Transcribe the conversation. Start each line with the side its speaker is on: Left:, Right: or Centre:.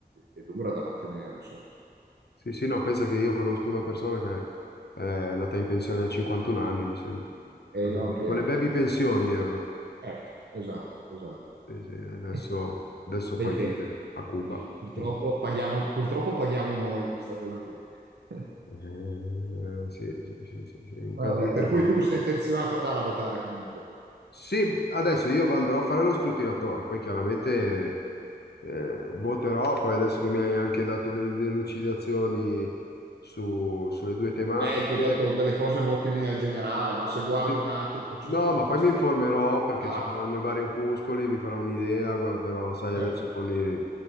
Right: è dura da mantenere, insomma.
Left: Sì, sì, no, pensa che io conosco una persona che è andata in pensione a 51 anni, mi sembra.
Right: E
Left: Con
Right: io
Left: le,
Right: anche,
Left: con
Right: anche
Left: le baby
Right: meno.
Left: pensioni erano.
Right: Certo, esatto, esatto.
Left: Sì, sì, adesso,
Right: <laughs>
Left: adesso
Right: Dei
Left: poi
Right: tempi.
Left: vive a Cuba.
Right: Purtroppo
Left: Quindi,
Right: paghiamo, purtroppo paghiamo noi questa cosa qui. <laughs>
Left: eh, sì, sì, sì, sì, sì, è un
Right: Vabbè,
Left: casino.
Right: per cui tu sei intenzionato ad andare a votare comunque.
Left: Sì, adesso io andrò a fare lo scrutinatore, poi chiaramente eh, voterò, poi adesso che mi hai anche dato delle delucidazioni su- sulle due tematiche,
Right: Eh, ti ho detto delle cose molto in linea generale, ma se guardi
Left: Sì.
Right: un attimo, ci
Left: No,
Right: sono
Left: ma
Right: fa
Left: poi
Right: sta-
Left: mi informerò perché
Right: Ah,
Left: ci saranno i vari opuscoli, mi farò un'idea, guarderò, sai,
Right: certo,
Left: adesso con i,